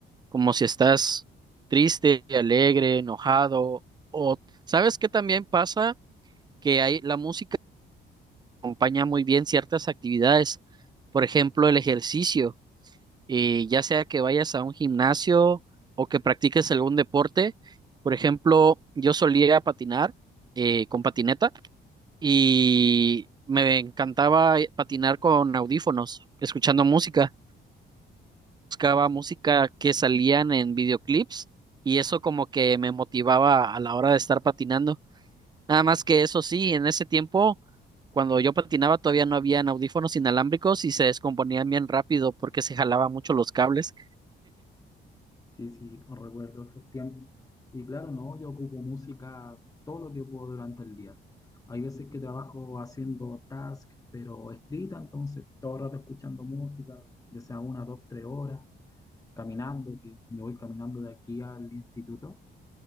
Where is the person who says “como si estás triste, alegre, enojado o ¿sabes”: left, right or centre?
Right